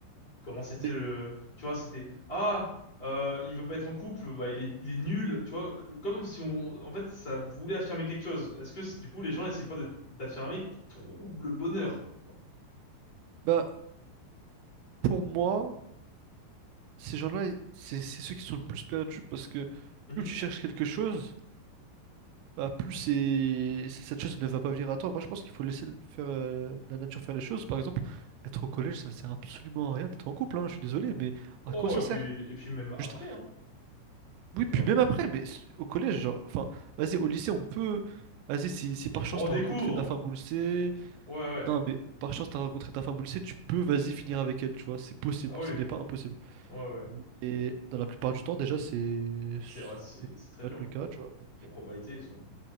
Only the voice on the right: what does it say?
Mais
bah, pour moi, ces gens-là, c'est c'est ceux qui sont le plus perdus parce que
plus tu cherches quelque chose. bah, plus c'est c'est- cette chose ne va pas venir à toi. Moi, je pense qu'il faut laisser le- faire euh, la nature faire les choses. Par exemple, être au collège, ça ne sert absolument à rien d'être en couple, hein, je suis désolé, mais
à quoi ça
sert?
Juste,
oui,
puis
même après, mais c- au collège, genre, enfin, vas-y, au lycée, on peut. Vas-y, si, si par
chance t'as
rencontré ta femme au lycée.
Non, mais par
chance t'as rencontré ta femme au lycée, tu peux, vas-y, finir avec elle, tu vois, c'est possible,
ce n'est pas impossible.
Et dans la plupart du temps, déjà, c'est
c'est
pas
le
cas, tu vois. mais-